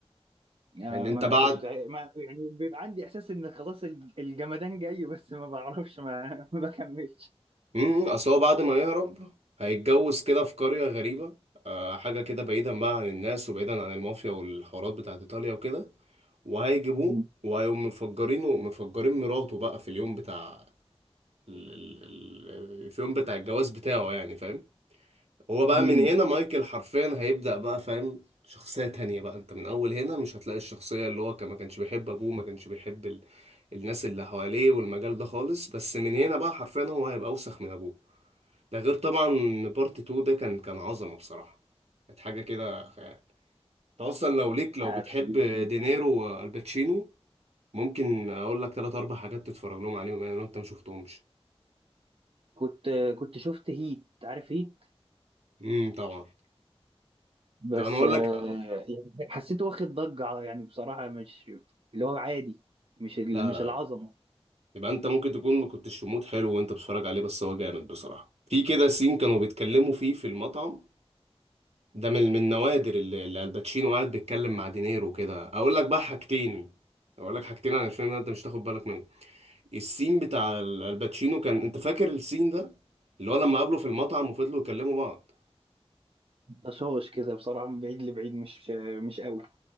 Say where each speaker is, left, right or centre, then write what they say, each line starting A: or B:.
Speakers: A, on the right; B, on the right.
A: آه
B: يعني
A: ما
B: انت بعد
A: شفت ما يعني بيبقى عندي احساس ان خلاص الج- الجمدان جاي بس ما بعرفش ما <laughs> ما بكملش
B: امم اصل هو بعد ما يهرب هيتجوز كده في قرية غريبة آه حاجة كده بعيدا بقى عن الناس وبعيدا عن المافيا والحوارات بتاعت ايطاليا وكده وهيجيبوه
A: مم.
B: وهيقوم مفجرينه مفجرين مراته بقى في اليوم بتاع ال- ال- ال- في اليوم بتاع الجواز بتاعه يعني فاهم هو بقى
A: مم.
B: من هنا مايكل حرفيا هيبدأ بقى فاهم شخصية تانية بقى انت من اول هنا مش هتلاقي الشخصية اللي هو كان ما كانش بيحب ابوه ما كانش بيحب ال... الناس اللي حواليه والمجال ده خالص بس من هنا بقى حرفيا هو هيبقى اوسخ من ابوه ده غير طبعا ان بارت 2 ده كان كان عظمة بصراحة كانت حاجة كده خيال انت اصلا لو ليك لو
A: هتخليني-
B: بتحب دينيرو والباتشينو ممكن اقول لك ثلاث اربع حاجات تتفرج لهم عليهم يعني لو انت ما شفتهمش
A: كنت كنت شفت هيت عارف هيت
B: امم طبعا
A: بس
B: طب انا اقول
A: آه،
B: لك
A: يعني حسيته واخد ضجة يعني بصراحة مش اللي هو عادي مش ال-
B: لا
A: مش
B: لا
A: العظمة
B: يبقى انت ممكن تكون ما كنتش في مود حلو وانت بتتفرج عليه بس هو جامد بصراحة في كده سين كانوا بيتكلموا فيه في المطعم ده من من النوادر اللي اللي الباتشينو قاعد بيتكلم مع دينيرو كده اقول لك بقى حاجتين اقول لك حاجتين عن الفيلم ده انت مش تاخد بالك منه السين بتاع ال- الباتشينو كان انت فاكر السين ده اللي هو لما قابله في المطعم وفضلوا يكلموا بعض
A: والطشاش كده بصراحة من بعيد لبعيد مش مش قوي